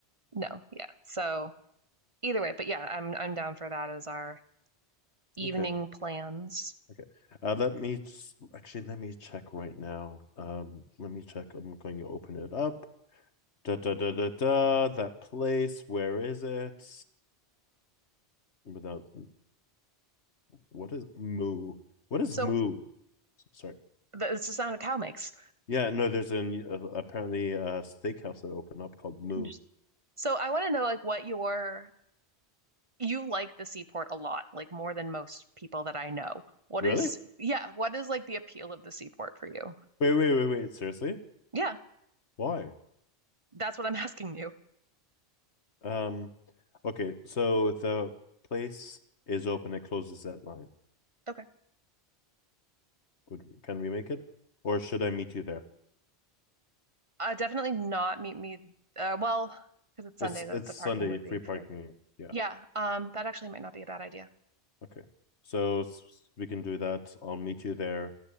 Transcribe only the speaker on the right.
no, yeah. So. either way, but yeah, I'm I'm down for that as our evening
plans.
So
th- it's the sound a cow makes.
And just- So I want to know like what your you like the seaport a lot, like more than most people that I know. What
is yeah, what is like the appeal of the seaport for you?
Yeah,
that's what I'm <laughs> asking you.
Okay.
Uh, definitely not meet me uh, well, because it's Sunday,
the,
the
parking would
be free.
Yeah, um, that actually might not be a bad idea.